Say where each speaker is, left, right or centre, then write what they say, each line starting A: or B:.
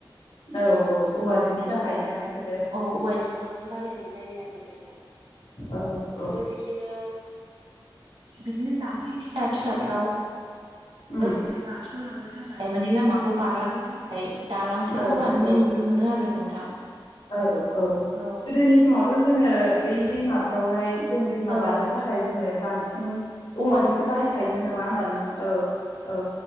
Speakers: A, on the left; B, on the right.
A: औ औ औवाजोंसो
B: औ बेजों
A: जाखायोना बेफोर
B: औ औवा औवाजों बानायनाय जायो आरो बेखौ
A: औ
B: आरो
A: औ
B: बिदिनो बिदिनो जाम्फै फिसा फिसाफ्राव
A: उम
B: ओरैनो बारस'लांनो थाखाय माने लामाखौ बारलांनो थाखा य दालांफोरबो
A: औ
B: बानायनाय
A: औ
B: नुनो मोनो आरो नोंथां।
A: औ औ
B: औ
A: गोदोनि समावथ' जोङो बै दैमाफ्रावहाय जों दैमा
B: औ
A: बारनो थाखाय जोङो बांसिन
B: औवानि
A: औवाखौसो
B: दालांसो
A: बाहायखायोमोन
B: बानायोमोन
A: नङा ओमबा नोङो औ औ